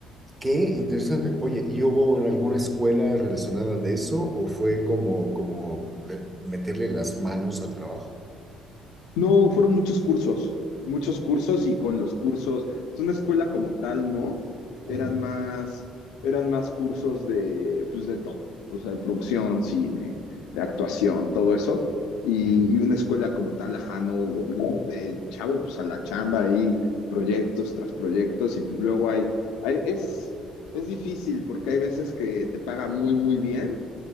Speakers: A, on the right (about 15°); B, on the left (about 80°).
A: Qué interesante. Oye, ¿y hubo en alguna escuela relacionada de eso o fue como, como le- meterle las manos al trabajo?
B: No, fueron muchos cursos, muchos cursos y con los cursos, es una escuela como tal, ¿no?
A: Ujú,
B: Eran más, eran más cursos de, pues de todo, o sea, de producción, cine, de actuación, todo eso. Y,
A: ujú.
B: y una escuela como tal, ajá, no hubo. Y desde chavo, pues a la chamba ahí, proyectos tras proyectos y pues luego hay, hay es, es difícil porque hay veces que te paga muy, muy bien